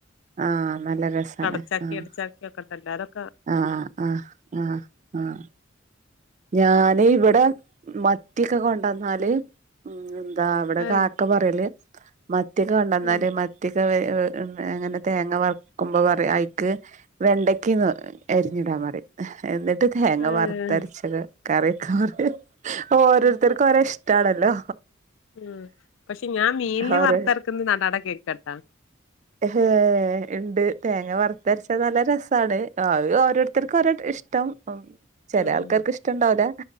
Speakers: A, on the right; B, on the left.
A: ആഹ് നല്ല രസാണ്
B: കടച്ചക്കിം
A: ആഹ്
B: ഇടിച്ചക്കിം ഒക്കെണ്ട് എല്ലാരൊക്കെ
A: ആഹ് ആഹ് ആഹ് ആഹ്. ഞാന് ഇവടെ മത്തിക്കെ കൊണ്ടന്നാല് ഉം ആഹ് വടെ
B: ഏഹ്,
A: കാക്ക പറയല് മത്തിയൊക്കെ കൊണ്ടന്നാല്
B: ഉം
A: മത്തിയൊക്കെ ഏ <unintelligible> ങ്ങനെ തേങ്ങ വർക്കുമ്പോ പറയും അയിക്ക് വെണ്ടക്കിംന്ന് അരിഞ്ഞിടാം പറയും എന്നിട്ട് തേങ്ങ
B: ഏഹ്,
A: വർത്തര് ച്ചത് കറിക്കാം പറയും ഓരോര്ത്തർക്ക്
B: ഉം,
A: ഓരോ ഇഷ്ടാണല്ലോ.
B: ആഹ് പക്ഷെ ഞാം മീൻല്
A: ഓരോ
B: വറ്ത്തരക്ക്ന്ന് ന്നടാടെ കേക്ക്ആട്ടൊ.
A: എഹേ ഇണ്ട് തേങ്ങ വർത്തര്ച്ചാ ന്നല്ല രസാണ്. ആഹ് അവ് ഓരോര്ത്തർക്ക് ഓരോ ഇഷ്ടം ചെലാൾ
B: ഉം
A: ക്കക്ക് ഇഷ്ടണ്ടാവൂല